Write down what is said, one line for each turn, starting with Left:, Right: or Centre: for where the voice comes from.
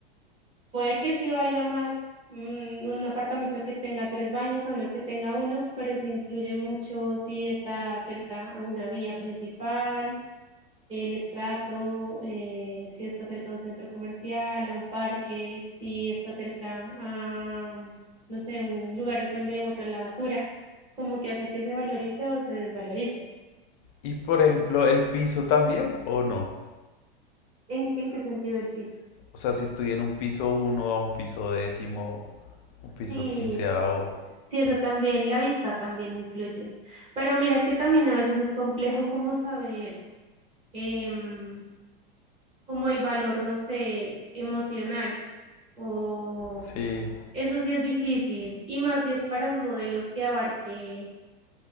Right: puede que sí valga más mm, un apartamento que tenga tres baños a uno que tenga uno, pero eso influye mucho si está cerca a una vía principal el estrato, eh, si está cerca de un centro comercial, a un parque, si está cerca a, no sé, un, lugares donde botan la basura, como que hace que se valorice o se desvalorice.
Left: Y por ejemplo, ¿el piso también o no?
Right: ¿En, en qué sentido el piso?
Left: O sea, si estoy en un piso uno a un piso décimo, un piso
Right: Sí,
Left: quinceavo.
Right: sí, eso también, la vista también influye. Pero mira que también a veces es complejo como saber em, como el valor, no sé, emocional o
Left: Sí,
Right: Eso sí es difícil, y más si es para un modelo que abarque